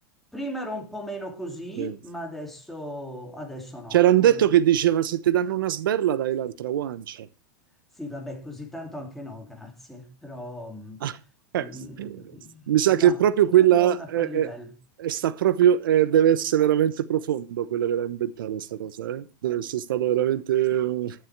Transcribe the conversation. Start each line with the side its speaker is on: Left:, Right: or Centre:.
Centre: Prima ero un po' meno così,
Right: sì.
Centre: ma adesso, adesso no.
Right: C'era un
Centre: Eh,
Right: detto che diceva se ti danno una sberla dai l'altra guancia.
Centre: sì, vabbè, così tanto anche no, grazie, però mm,
Right: <laughs> Ah, eh,
Centre: mm, mm,
Right: Mi sa
Centre: no,
Right: che proprio
Centre: no,
Right: quella
Centre: non a
Right: è,
Centre: quel livello.
Right: è- è- sta proprio, eh, deve essere veramente profondo quello che l'ha inventata questa cosa, eh? Deve essere stato veramente un,